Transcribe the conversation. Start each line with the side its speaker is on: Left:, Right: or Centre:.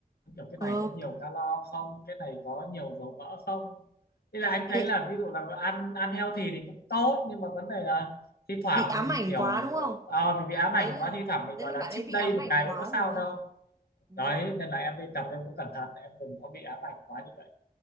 Left: kiểu cái
Right: ờ,
Left: này có nhiều calo không cái này có nhiều dầu mỡ không thế là anh thấy
Right: ê,
Left: là ví dụ là ăn ăn healthy thì cũng tốt nhưng mà vấn đề là thi thoảng
Right: bị ám
Left: mình
Right: ảnh
Left: kiểu
Right: quá đúng không
Left: ờ, ờ, mình bị ám ảnh
Right: đấy là
Left: quá thi thoảng mình
Right: đấy
Left: gọi
Right: là
Left: là
Right: bạn
Left: cheat
Right: ấy bị
Left: day
Right: ám
Left: một
Right: ảnh
Left: ngày
Right: quá
Left: cũng có sao
Right: rồi
Left: đâu
Right: Ừ.
Left: đấy nên là em đi tập em cũng cẩn thận em đừng có bị ám ảnh quá như vậy